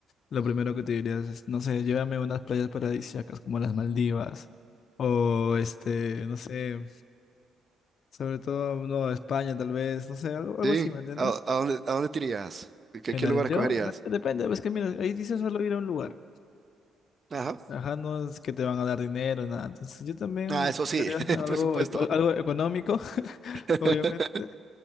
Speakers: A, on the left; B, on the right.
A: Lo primero que te dirías es, no sé, llévame a unas playas paradisíacas como las Maldivas. O este, no sé, sobre todo, no, España tal vez, no sé, algo, algo
B: Sí,
A: así, ¿me entiendes?
B: ¿a, a dónde, a dónde te irías? ¿Qué,
A: Mira,
B: qué lugar escogerías?
A: yo, dep- depende, es que mira, ahí dice solo ir a un lugar.
B: Ajá.
A: Ajá, no es que te van a dar dinero, nada. Entonces yo también
B: Ah, eso
A: buscaría
B: sí, <laughs> el
A: algo,
B: presupuesto.
A: eco- algo económico, <laughs>
B: <laughs>
A: obviamente.